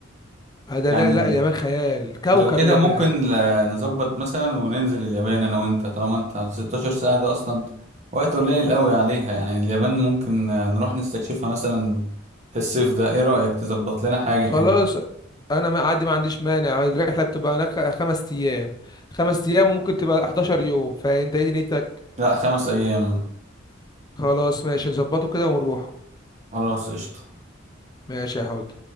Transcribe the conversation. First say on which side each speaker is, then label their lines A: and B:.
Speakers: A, on the left; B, on the right.
A: هذا
B: يعني
A: لا, لا اليابان خيال كوكب
B: لو كده
A: اليابان
B: ممكن آه، نظبط مثلا وننزل اليابان انا وانت طالما انت 16 ساعة ده اصلا وقت قليل قوي عليها يعني اليابان ممكن آه، نروح نستكشفها مثلا في الصيف ده ايه رأيك تظبط لنا حاجة كده
A: خلاص انا ما عادي ما عنديش مانع الرحله بتبقى هناك خمس ايام خمس ايام وممكن تبقى 11 يوم فانت ايه دنيتك
B: لا خمس ايام
A: خلاص ماشي نظبطه كده ونروحه
B: خلاص قشطة
A: ماشي يا حود